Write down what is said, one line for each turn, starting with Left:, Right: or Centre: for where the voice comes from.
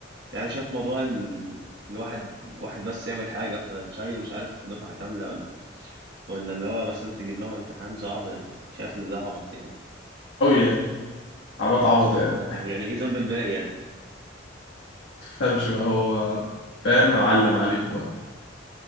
Right: يعني أنا شايف موضوع ال... ان واحد واحد بس يعمل حاجة فتشيل مش عارف دفعة كاملة ولا ولا اللي هو مثلا تجيب لهم امتحان صعب يعني شايف ان ده عبط يعني
Left: يعني عبط عبط
Right: بس انت
Left: يعني
Right: يعني ايه ذنب الباقي يعني
Left: تفهمش بقى هو فاهم علم عليكوا بقى